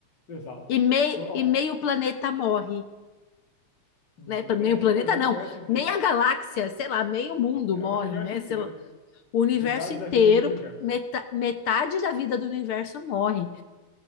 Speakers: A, on the left; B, on the left.
A: Exato.
B: E, mei,
A: Co- ó,
B: e meio planeta morre,
A: nem
B: né? Pra- Meio planeta
A: só coisa, é o universo
B: não,
A: inteiro.
B: meia galáxia, sei lá, meio mundo
A: É
B: morre,
A: o universo
B: né?
A: inteiro.
B: Sei lá, o universo
A: Metade
B: inteiro,
A: da vida do universo.
B: meta- metade da vida do universo morre.